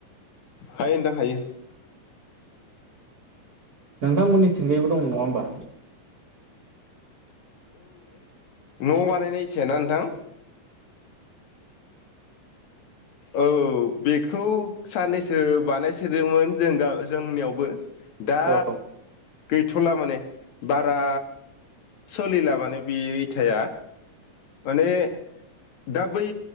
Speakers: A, on the left; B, on the right.
A: हायो नोंथां हायो।
B: नोंथांमोननि थिंजायबो दं नङा होमबा
A: न'आव बानायनाय इथायाना नोंथां औ बेखौ साननैसो बानायसोदोंमोन जों गाम जोंनियावबो दा
B: औ
A: गैथ'ला माने बारा सोलिलाबानो बे इथाया माने दा बै